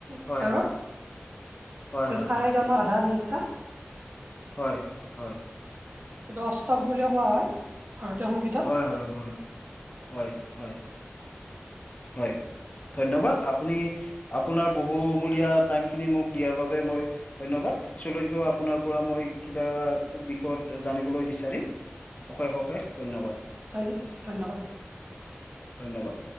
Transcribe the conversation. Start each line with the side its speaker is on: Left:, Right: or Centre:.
Left: হয়
Right: গীটাৰৰ।
Left: হয় হয় হয় হয়
Right: সা
Left: হয়
Right: ৰে গা মা পা ধা নি সা।
Left: হয়, হয়।
Right: দষ্টক বুলি কোৱা হয়, ভাৰতীয় সংগীতত।
Left: হয়, হয়। হয়, হয়। হয়, ধন্যবাদ, আপুনি আপোনাৰ বহুমূলীয়া টাইম খিনি মোক দিয়াৰ বাবে মই ধন্যবাদ, পিছলৈকে আপোনাৰ পৰা মই কিবা বিষয়ত জানিবলৈ বিচাৰিম। অশেষ, অশেষ ধন্যবাদ।
Right: ধন্য, ধন্যবাদ।
Left: ধন্যবাদ।